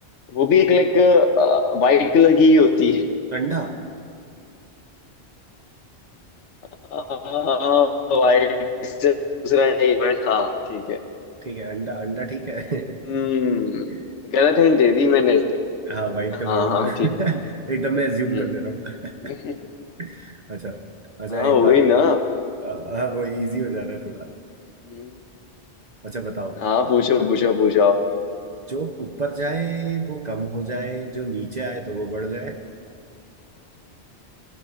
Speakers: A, on the left; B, on the right.
A: वो भी एक लाइक वाइट कलर की ही होती है
B: अंडा
A: <laughs> वाइट से दूसरा नहीं है हाँ ठीक है
B: ठीक है अंडा अंडा ठीक है <laughs>
A: हम्म गलत हिंट दे दी मैंने
B: हाँ वाइट कलर
A: हाँ
B: बोल
A: हाँ
B: रहे हो।
A: ठीक है
B: <laughs> एकदम
A: हम्म
B: मैं एज्यूम कर ले रहा हूँ
A: <laughs>
B: <laughs> अच्छा अच्छा
A: हाँ
B: एक
A: वही
B: बार
A: ना
B: अ, हाँ वो इजी हो जा रहा है थोड़ा
A: हम्म,
B: अच्छा बताओ
A: हाँ पूछो पूछो पूछो आप
B: जो ऊपर जाए वो कम हो जाए जो नीचे आए तो वो बढ़ जाए